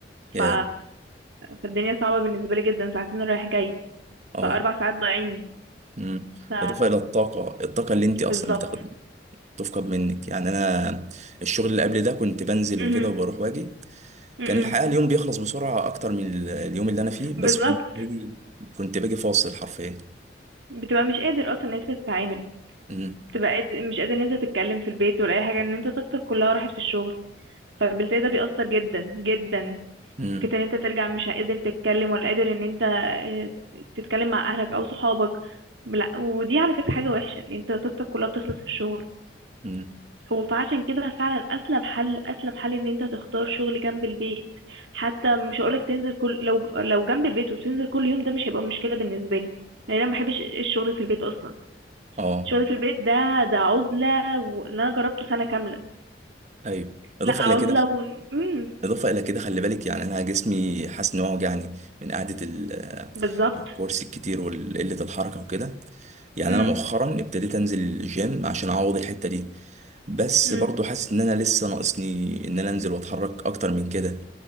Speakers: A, on the right; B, on the right.
A: يا
B: ف... فالدنيا صعبة بالنسبة لي جدا ساعتين رايح جاي
A: اه
B: فاربع ساعات ضايعين
A: امم
B: ف
A: اضافه الى الطاقه الطاقه اللي انت
B: بالظبط
A: اصلا بتاخد تفقد منك يعني انا الشغل اللي قبل ده كنت بنزل
B: مهم.
A: وكده وبروح واجي
B: مهم.
A: كان الحقيقه اليوم بيخلص بسرعه اكتر من ال- اليوم اللي انا فيه بس
B: بالظبط
A: كنت باجي كنت باجي فاصل حرفيا
B: بتبقى مش قادر اصلا ان انت تتعامل
A: امم
B: بتبقى قادر مش قادر ان انت تتكلم في البيت ولا اي حاجه ان انت طاقتك كلها راحت في الشغل فبالتالي ده بيأثر جدا جدا
A: امم
B: فكرة ان انت ترجع مش قادر تتكلم ولا قادر ان انت آه، تتكلم مع اهلك او صحابك لا ودي على فكره حاجه وحشه ان انت طاقتك كلها بتخلص في الشغل
A: امم
B: هو فعشان كده فعلا اسلم حل اسلم حل ان انت تختار شغل جنب البيت حتى مش هقولك تنزل كل لو لو جنب البيت وبتنزل كل يوم ده مش هيبقى مشكله بالنسبه لي لان انا ما بحبش الشغل في البيت اصلا
A: اه
B: الشغل في البيت ده ده عزلة واللي انا جربته سنة كاملة
A: ايوه اضافه
B: لا عزلة
A: الى كده
B: و امم
A: اضافه الى كده خلي بالك يعني انا جسمي حاسس ان هو وجعني من قعده ال-
B: بالظبط
A: الكرسي الكتير وقله الحركه وكده يعني
B: امم
A: انا مؤخرا ابتديت انزل الجيم عشان اعوض الحته دي بس
B: امم
A: برضو حاسس ان انا لسه ناقصني ان انا انزل واتحرك اكتر من كده